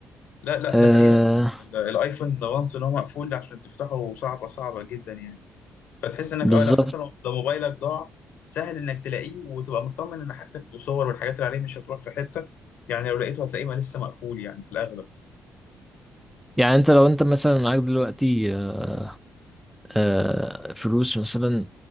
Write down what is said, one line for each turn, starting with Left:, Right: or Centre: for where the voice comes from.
Left: لا لا
Centre: آه
Left: ده حقيقة فعلا ال- الايفون وانس ان هو مقفول عشان تفتحه صعبة صعبة جدا يعني فتحس انك
Centre: بالظبط
Left: اه لو حتى لو لو موبايلك ضاع سهل انك تلاقيه وتبقى مطمن ان حاجتك وصور والحاجات اللي عليه مش هتروح في حتة يعني لو لقيته هتلاقيه ما لسه مقفول يعني في الاغلب
Centre: يعني انت لو انت مثلا معاك دلوقتي آه آه فلوس مثلا